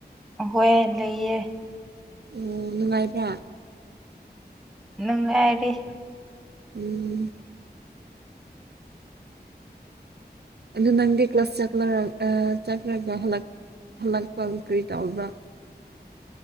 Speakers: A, in the centre; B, on the right.
A: ꯍꯣꯏ ꯂꯩꯌꯦ
B: ꯎꯝ ꯅꯨꯡꯉꯥꯏꯗꯦ
A: ꯅꯨꯡꯉꯥꯏꯔꯤ
B: ꯎꯝ ꯑꯗꯨ ꯅꯪꯒꯤ ꯀ꯭ꯂꯥꯁ ꯆꯛꯂꯔꯒ ꯆꯠꯈꯔꯒ ꯍꯜꯂꯛ ꯍꯜꯂꯛꯄ ꯀꯔꯤ ꯇꯕ꯭ꯔꯥ